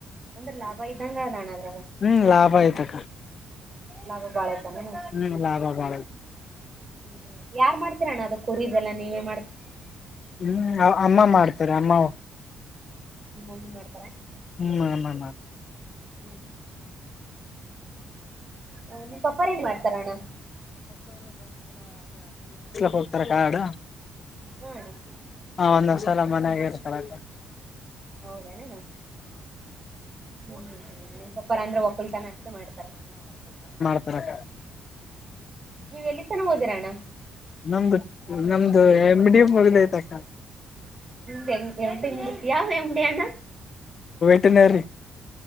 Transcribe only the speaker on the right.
ಅಂದ್ರೆ ಲಾಭ ಇದ್ದಂಗಣ ಅದು
ಲಾಭ ಬಾಳ ಐತೇನಣ್ಣ
ಹ್ಮ್ ಹು ಯಾರ್ ಮಾಡ್ತೀರಣ್ಣ ಅದ ಕುರಿದೆಲ್ಲಾ ನೀವೆ
ನಿಮ್ಮಮ್ಮಿ ಮಾಡ್
ಹ್ಮ್ ಹ್ಮ್ ನಿಮ್ ಪಪ್ಪಾರ್ ಏನ್ ಮಾಡ್ತಾರಣ್ಣ
ಹಾ ಅಣ್ಣ
ಹೌದೆನ ಹ್ಮ ಹು ಹು ನಿಮ್ ಪಪ್ಪರು ಅಂದ್ರೆ ಒಕ್ಕುಲ್ ತನ ಅಂತ ಮಾಡ್ತಾರ
ನೀವ್ ಎಲ್ಲಿ ತನ ಓದಿರಣ್ಣ
ನಿಮ್ದು ಎಂ ಡಿ ಮುಗಿತು ಯಾವ್ ಎಂ ಡಿ ಅಣ್ಣ